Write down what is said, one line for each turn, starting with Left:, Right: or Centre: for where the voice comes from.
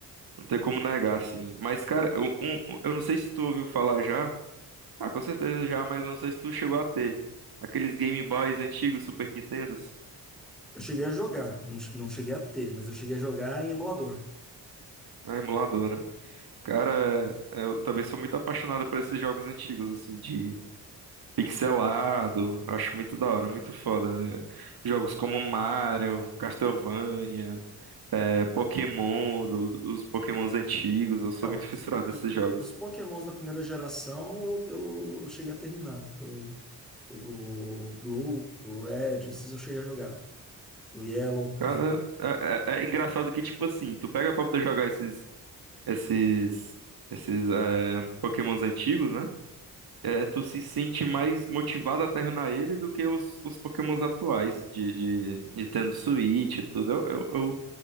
Right: não tem como negar, assim. Mas, cara, eu, um- um- eu não sei se tu ouviu falar já. Ah, com certeza já, mas eu não sei se tu chegou a ter. Aqueles Game Boys antigos, Super Nintendos.
Centre: Eu cheguei a jogar, não, che- não cheguei a ter, mas eu cheguei a jogar em emulador.
Right: Ah, emulador, né? Cara, é, eu também sou muito apaixonado por esses jogos antigos, assim, de pixelado. Acho muito da hora, muito foda. É, jogos como Mario, Castlevania, é, Pokémon, do- os Pokémons antigos. Eu sou
Centre: É, os,
Right: muito fissurado
Centre: os,
Right: nesses
Centre: os-
Right: jogos,
Centre: os
Right: assim.
Centre: Pokémons da primeira geração eu, eu, eu cheguei a terminar. O, o Blue, o Red, esses eu cheguei a jogar. O Yellow.
Right: Cara, é, é- é engraçado que, tipo assim, tu pega pra poder jogar esses, esses, esses, é, Pokémons antigos, né? é, tu se sente mais motivado a terminar ele do que os, os Pokémons atuais, de, de, de tendo Switch e tudo. Eu, eu, eu,